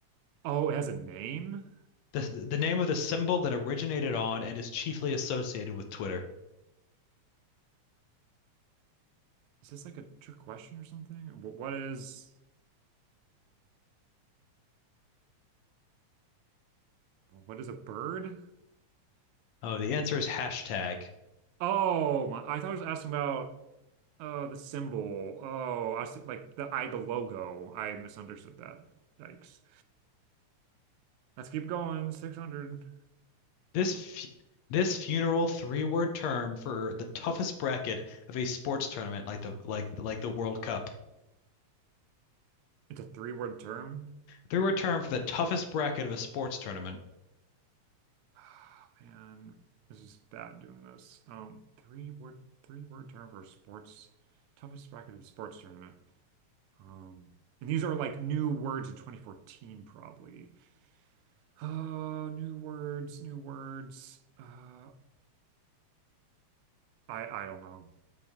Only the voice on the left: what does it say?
The, the name of the symbol that originated on and is chiefly associated with Twitter.
Oh, the answer is hashtag.
This fu this funeral three-word term for the toughest bracket of a sports tournament like the like like the World Cup.
Three-word term for the toughest bracket of a sports tournament.